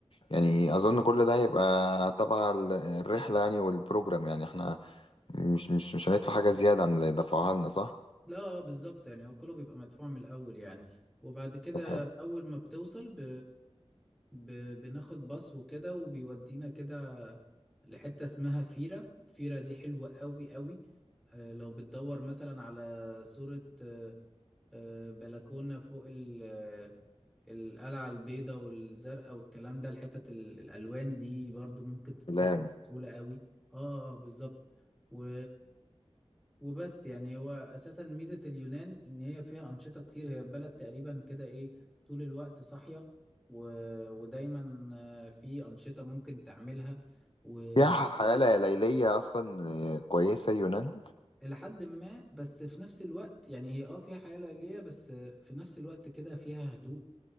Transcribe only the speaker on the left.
يعني اظن كل ده هيبقى تبع ال- الرحله يعني والبروجرام يعني احنا مش مش مش هندفع حاجه زياده عن اللي دفعوها لنا صح
طب حلو
سلام
فيها حياة ليلية أصلا آه، كويسة يونان